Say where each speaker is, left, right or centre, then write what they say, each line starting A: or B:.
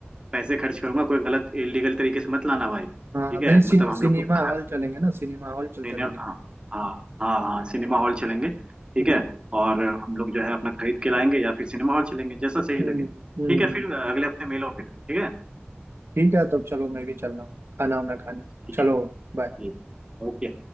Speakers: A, on the right; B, on the right.
A: पैसे खर्च करूंगा कोई गलत इलीगल तरीके से मत लाना भाई ठीक
B: हाँ
A: है
B: नहीं सिने,
A: मतलब हम
B: सिनेमा
A: लोग को खा-
B: हॉल चलेंगे ना सिनेमा हॉल चल चलेंगे
A: सिने- हाँ हाँ हाँ हाँ सिनेमा हॉल चलेंगे ठीक
B: हम्म
A: है और हम लोग जो है अपना खरीद के लाएंगे या फिर सिनेमा हॉल चलेंगे जैसा सही
B: हम्म
A: लगे ठीक
B: हम्म
A: है
B: हम्म।
A: फिर अगले हफ्ते मिलो फिर ठीक है
B: ठीक है तो चलो मैं भी चल रहा हूँ खाना वाना खाने
A: ठीक
B: चलो बाय
A: ठीक ओके